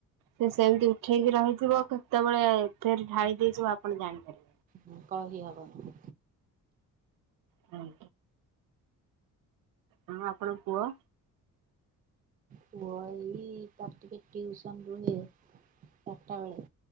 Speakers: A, on the right (about 75°); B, on the right (about 25°).
A: ସେ ସେମିତି ଉଠେଇକି ରହିଥିବ କେତେବେଳେ ଏରେ ଢାଳି ଦେଇଯିବ ଆପଣ ଜାଣିପାରିବେ
B: ହଁ କହି ହେବନି
A: ହୁଁ ହଁ ଆପଣଙ୍କ ପୁଅ।
B: ପୁଅ ଏଇ ଚାର ଟିକେ ଟିଉସନ ରୁହେ ଚାରିଟା ବେଳେ।